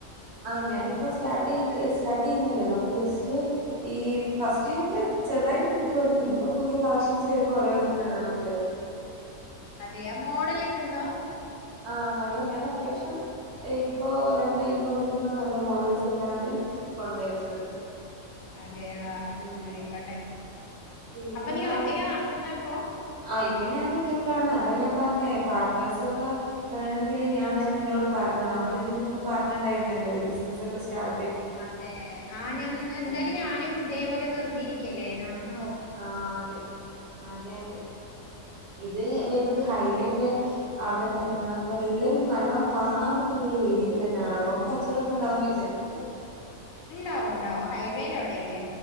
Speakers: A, on the right (about 55°); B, on the left (about 80°).
A: ആഹ് ഞാനിപ്പൊ സ്റ്റാർട്ടെയ്ത് സ്റ്റാർട്ടെയ്യുന്നല്ലേള്ളൂ അപ്പൊ ജസ്റ്റ്‌. ഈ ഫസ്റ്റ് ഒക്കെ ചെറ്തായിട്ട് കിട്ടലൊടങ്ങി. ഇനിപ്പൊ പുതിയ കളക്ഷൻസ് വരുമ്പോരോന്ന്ങ്ങനെ ഇടണം വിചാരിക്ക്ന്ന്. <inaudible>
B: അതെ. മോഡലെക്കെണ്ടോ?
A: ആഹ് നല്ലേ ഞാന് അത്യാവശ്യം ഇപ്പൊ റെണ്ണായി കൊടുക്കുന്നഹ് നല്ല മോഡൽസൊക്കാണ് കൊണ്ട് വെച്ചത്.
B: അതെ ആഹ് അയിക്കോട്ടെ
A: ഉം
B: അയിക്കോട്ടെ.
A: പിന്നെന്താണ്
B: അപ്പൊ നീ ഒറ്റയ്ക്കാ നടത്തുന്നെ പ്പോ?
A: ആഹ് ഇപ്പ ഞാനൊറ്റക്കാണ് അതാ ഞാം പറഞ്ഞേ പാർട്ട്‌നേർസൊക്കെ. വേണങ്കില് ഞാം ദാ നിന്നോട് പറഞ്ഞേ നമ്മളിതിന്റുമ്പ് പറഞ്ഞ്ൺണ്ടേര്ന്നല്ലോ ഒരു ബിസ്നസൊക്കെ സ്റ്റാർ
B: അതെ ആഹ് ഞാൻ എന്തായാലും
A: ഉം
B: ഞാനും ഇതേപോലെ വെർതെ ഇരിക്കല്ലേ ന്ന ഒന്ന്നോ
A: ആഹ് അതെ അതെ അതെ ഇത് വെരുന്നത് ഹൈവേന്റെ അവടെ തന്നാണപ്പൊ എല്ലരും നല്ലോണം കാണാൻ പറ്റുന്ന ഒരു ഏരിയ തന്നാണ. പ്പം കച്ചവടൊക്കെണ്ടാവുംന്ന് വിചാരിക്ക്ണ്.
B: ഇണ്ടാവും ഇണ്ടാവും ഹൈവേന്റവഡെല്ലേ